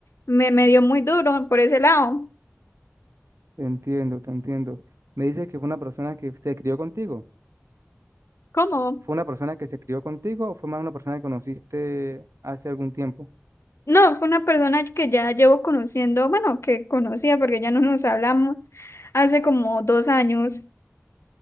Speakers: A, on the left; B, on the right.
A: me, me dio muy duro por ese lado.
B: te entiendo, te entiendo. Me dices que fue una persona que se crió contigo.
A: ¿Cómo?
B: ¿Fue una persona que se crió contigo o fue más una persona que conociste hace algún tiempo?
A: No, fue una persona que ya llevo conociendo, bueno, que conocía porque ya no nos hablamos hace como dos años.